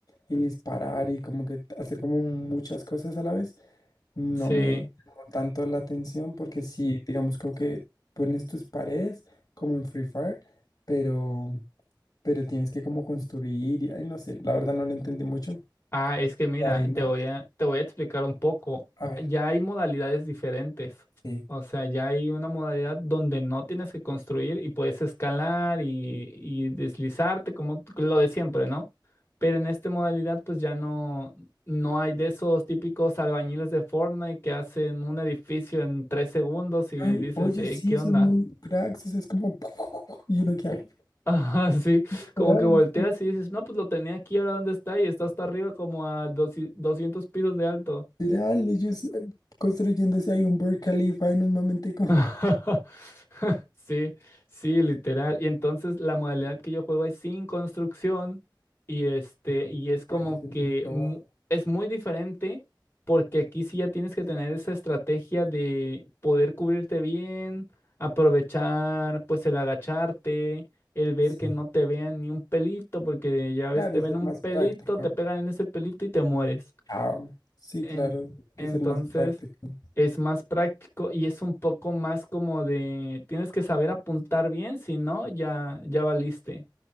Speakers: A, on the left; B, on the left.
A: y disparar y como que hacer como muchas cosas a la vez, no
B: Sí.
A: me llamó tanto la atención porque sí, digamos como que pones tus paredes como en Free Fire, pero, pero tienes que como construir y, ay, no sé, la verdad no lo entendí mucho.
B: Ah, es que mira,
A: Y además,
B: te voy a, te voy a explicar un poco.
A: a ver,
B: Ya hay modalidades diferentes.
A: sí.
B: O sea, ya hay una modalidad donde no tienes que construir y puedes escalar y, y deslizarte como t- lo de siempre, ¿no? Pero en esta modalidad pues ya no, no hay de esos típicos albañiles de Fortnite que hacen un edificio en tres segundos y
A: Ay,
B: dices,
A: oye,
B: "Ey,
A: sí,
B: ¿qué onda?
A: son muy cracks, o sea, es como, <laughs> y uno queda
B: <laughs> Ajá, sí,
A: literal,
B: como que volteas
A: esto,
B: y dices, no, pues lo tenía aquí, ahora dónde está y está hasta arriba como a doci- 200 pisos de alto.
A: literal, ellos eh, construyéndose ahí un Burj Khalifa en un momentico.
B: <laughs> Sí, sí, literal. Y entonces la modalidad que yo juego es sin construcción y este,
A: <laughs>
B: y es como
A: Oye, es muy
B: que
A: probable.
B: mu- es muy diferente porque aquí sí ya tienes que tener esa estrategia de poder cubrirte bien, aprovechar pues el agacharte, el ver
A: Sí,
B: que no te vean ni un pelito, porque ya ves,
A: claro,
B: te ven
A: ser
B: un
A: más
B: pelito,
A: práctico.
B: te pegan en ese pelito y te mueres.
A: Chao. Sí,
B: En-
A: claro, hay
B: entonces,
A: que ser más práctico.
B: es más práctico y es un poco más como de, tienes que saber apuntar bien, si no, ya, ya valiste.